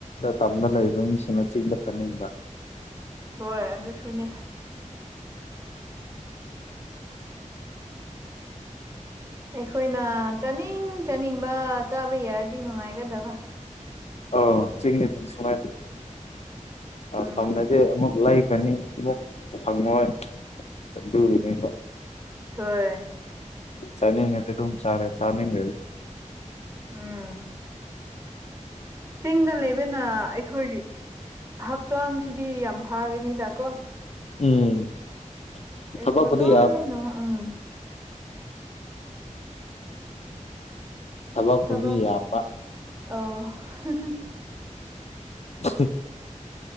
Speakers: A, on the left (about 55°); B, on the right (about 20°).
A: ꯇꯝꯗ ꯂꯩꯔꯤꯕ ꯃꯤꯁꯤꯡꯅ ꯆꯤꯡꯂꯛ ꯀꯠꯅꯤꯡꯕ
B: ꯍꯣꯏ ꯑꯗꯨ ꯁꯨꯅꯦ ꯑꯩꯈꯣꯏꯅ ꯆꯥꯅꯤꯡ ꯆꯥꯅꯤꯡꯕ ꯆꯥꯕ ꯌꯥꯔꯗꯤ ꯅꯨꯡꯉꯥꯏꯒꯗꯕ
A: ꯑ ꯆꯤꯡꯅꯤ ꯁꯨꯃꯥꯏꯅ
B: ꯎꯝ
A: ꯇꯧꯋꯤꯝꯅꯗꯤ ꯑꯃꯨꯛ ꯂꯥꯏꯛ ꯈꯅꯤ ꯑꯃꯨꯛ ꯐꯪꯉꯣꯏ ꯑꯗꯨꯒꯤꯅꯤ
B: ꯍꯣꯏ
A: ꯆꯅꯤꯡꯉꯦ ꯊ ꯆꯥꯔꯦ ꯆꯥꯅꯤꯡ
B: ꯎꯝ ꯆꯤꯡꯗ ꯂꯩꯕꯅ ꯑꯩꯈꯣꯏꯒꯤ ꯍꯛꯆꯥꯡꯁꯤꯗꯤ ꯌꯥꯝ ꯐꯒꯅꯤꯗꯀꯣ
A: ꯎꯝ
B: ꯑꯩ
A: ꯊꯕꯛꯄꯨꯗꯤ
B: ꯍꯂꯣ
A: ꯌꯥꯝꯃꯤ
B: ꯅꯉ ꯎꯝ
A: ꯆꯕ ꯈꯨꯔꯕꯤ
B: ꯊꯕꯛ
A: ꯌꯥꯄꯥ
B: ꯑ
A: ꯁꯦ